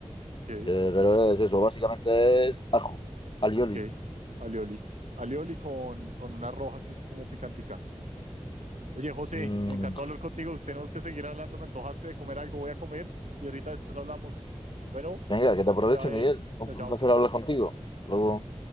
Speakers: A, on the right (about 90°); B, on the left (about 45°).
A: Ok,
B: Eh, pero es eso, básicamente es ajo, alioli.
A: ok. Alioli. Alioli con, con una roja que es como picantica. Oye, José,
B: Mm,
A: me encantó hablar contigo. Tenemos que seguir hablando. Me antojaste de comer algo. Voy a comer y ahorita después hablamos. Bueno,
B: venga, que te aproveche,
A: que te vaya
B: Miguel.
A: bien.
B: Un
A: Chao, chao.
B: un placer hablar contigo. Hasta
A: Chao.
B: Luego.